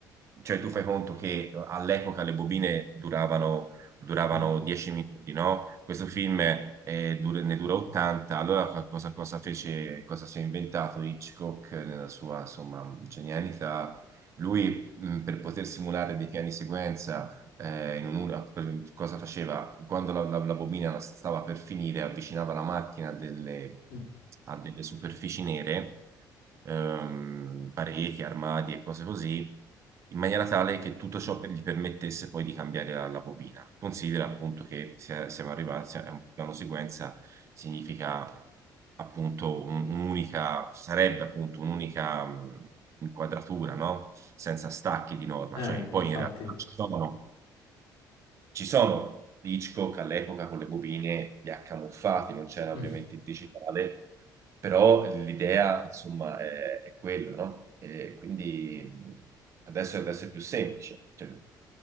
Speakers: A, on the right; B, on the left.
A: Cioè, tu fai conto che eh, all'epoca le bobine duravano duravano
B: Eh.
A: 10 minuti, no? Questo film eh, dura- ne dura 80, allora co- cosa, cosa fece, cosa si è inventato Hitchcock eh, nella sua, insomma, genialità? Lui, mh, per poter simulare dei piani sequenza, eh, in un'ora, per- cosa faceva? Quando la, la, la bobina stava per finire, avvicinava la macchina a delle
B: Mm.
A: a delle superfici nere ehm, pareti, armadi e cose così, in maniera tale che tutto ciò per- gli permettesse poi di cambiare la, la bobina. Considera appunto che si- siamo arrivati, si- è un piano sequenza significa appunto un- un'unica, sarebbe appunto un'unica mh, inquadratura, no? Senza stacchi di norma,
B: Eh,
A: cioè
B: infatti.
A: poi in realtà ci sono ci sono Hitchcock all'epoca con le bobine li ha camuffati, non c'era
B: Mm.
A: ovviamente il digitale, però l'idea insomma è, è quella, no? E quindi mh, adesso, adesso è più semplice. cioè.